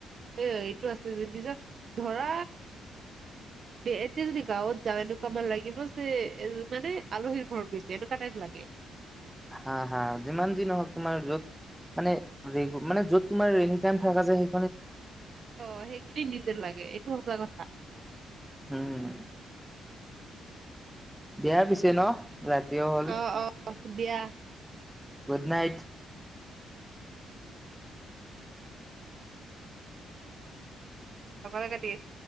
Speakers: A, on the right; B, in the centre.
A: এ এইটো আছে যদিছ ধৰা এতিয়া যদি গাঁৱত যাওঁ এনেকুৱা মান লাগিব যে এ মানে আলহীৰ ঘৰত গৈছে এনেকুৱা টাইপ লাগে। উ!
B: হা হা যিমান যিন নহওক তোমাৰ য'ত মানে মানে যত তোমাৰ এনি টাইম থাককা যে সেই,
A: অ সেইখিনি নিজে লাগে এইটো সঁচা কথা।
B: হম! দিয়াৰ পিছে ন ৰাতিও হল।
A: অ দিয়া।
B: গুড নাইট
A: ত কলে কাটি আছ